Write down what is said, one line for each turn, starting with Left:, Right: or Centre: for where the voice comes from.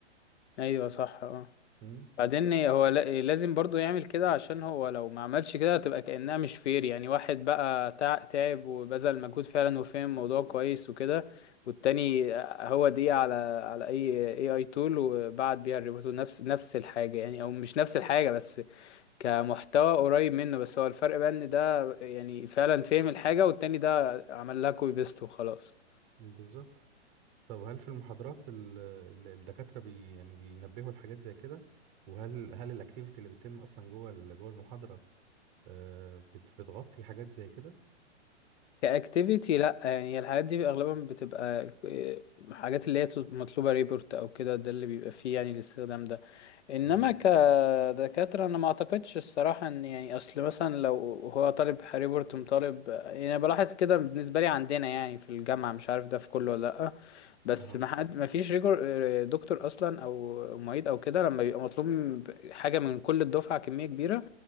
Left: ايوه صح اه
Right: مم،
Left: بعدين هو لا- لازم برضو يعمل كده عشان هو لو ما عملش كده هتبقى كأنها مش فير يعني واحد بقى تع- تعب وبذل مجهود فعلا وفهم الموضوع كويس وكده والتاني هو دي على على اي اي اي تول وبعت بيها الريبورت نفس نفس الحاجة يعني او مش نفس الحاجة بس كمحتوى قريب منه بس هو الفرق بقى ان ده يعني فعلا فهم الحاجة والتاني ده عمل لها كوبي بيست وخلاص
Right: بالظبط طب هل في المحاضرات ال... ال- الدكاترة بي... يعني بينبهوا الحاجات زي كده وهل هل الاكتيفيتي اللي بتتم اصلا جوه ال... جوه المحاضرة آه، بت... بتغطي حاجات زي كده
Left: كاكتيفيتي لا يعني الحاجات دي اغلبا بتبقى آه، حاجات اللي هي مطلوبه ريبورت او كده ده اللي بيبقى فيه يعني الاستخدام ده انما
Right: امم
Left: كدكاتره انا ما اعتقدش الصراحه ان يعني اصل مثلا لو هو طالب ريبورت مطالب يعني أنا بلاحظ كده بالنسبه لي عندنا يعني في الجامعه مش عارف ده في كله ولا لا بس
Right: اها
Left: ما حد ما فيش ريجور دكتور اصلا او معيد او كده لما بيبقى مطلوب من- حاجه من كل الدفعه كميه كبيره